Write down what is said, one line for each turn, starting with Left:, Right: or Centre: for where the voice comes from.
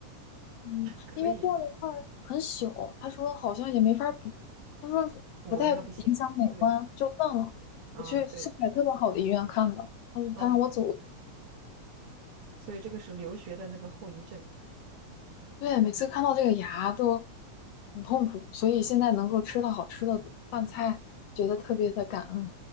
Left: 嗯，
Right: 可以
Left: 因为掉了一块儿很小，他说好像也没法儿补，他说不太影响美观，
Right: 补应该不行。对
Left: 就算了。
Right: 啊，
Left: 我去上海特别好的医院看的，
Right: 对，
Left: 嗯，
Right: 啊，
Left: 他让我走。
Right: 所以这个是留学的那个后遗症。
Left: 对，每次看到这个牙都很痛苦，所以现在能够吃到好吃的饭菜，觉得特别的感恩。